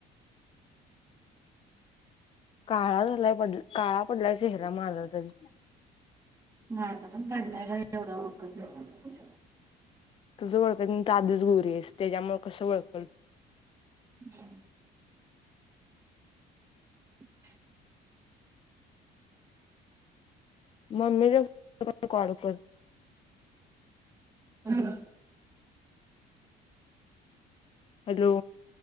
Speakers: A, on the left; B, on the right.
A: काळा झालाय पड काळा पडलायस. चेहरा माझा तरी.
B: माझा पण पडलाय, खर एवढ ओळखत नाही.
A: तुझं ओळखत नाही तू आधीच गोरी आहेस, त्याच्यामुळ कसं ओळखल?
B: <inaudible> <inaudible>
A: मम्मीला कॉल कर.
B: हां.
A: हॅलो?